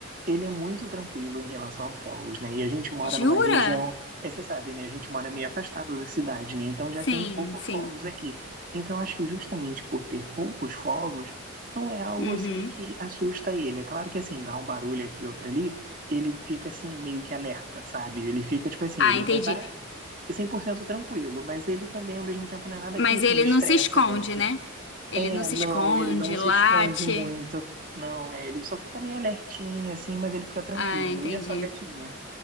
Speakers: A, on the right (about 40°); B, on the left (about 60°).
A: ele é muito tranquilo em relação a fogos, né? E a gente mora
B: jura?
A: numa região, é, você sabe, né? A gente mora meio afastado da cidade, né? Então já
B: Sim,
A: tem poucos
B: sim.
A: fogos aqui. Então acho que justamente por ter poucos fogos, não é algo
B: Uhum.
A: assim que assusta ele. É claro que assim, dá um barulho aqui e outro ali, ele fica assim meio que alerta, sabe? Ele fica tipo assim,
B: Ah,
A: ele
B: entendi.
A: não tá 100% tranquilo, mas ele também ao mesmo tempo não é nada
B: Mas
A: que assim
B: ele
A: estressa
B: não se esconde,
A: muito.
B: né? Ele
A: É,
B: não se
A: não,
B: esconde,
A: ele não se
B: late.
A: esconde muito. Não, é, ele só fica meio alertinho, assim, mas ele fica tranquilo.
B: Ah, entendi.
A: E a sua gatinha?